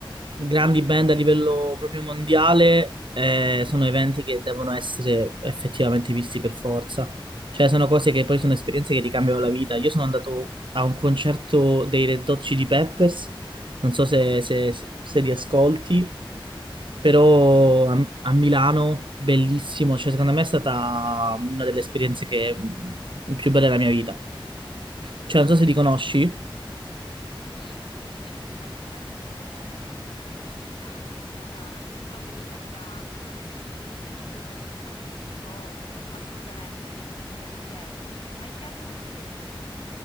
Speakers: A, on the right; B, on the left.
A: grandi band a livello proprio mondiale eh, sono eventi che devono essere effettivamente visti per forza. Cioè, sono cose che poi sono esperienze che ti cambiano la vita. Io sono andato a un concerto dei Red Hot Chili Peppers, non so se, se, se li ascolti, però
B: Sì,
A: a, a Milano, bellissimo. Cioè, secondo me è stata una delle esperienze che, mm, più belle della mia vita. Cioè, non so se li conosci.
B: Sì, li ascoltavo spesso da ragazzina e tuttora se- quando mi capita non li, non li schippo, vole- non li schippo assolutamente, li ascolto volentieri. Ma in che anno li hai visti?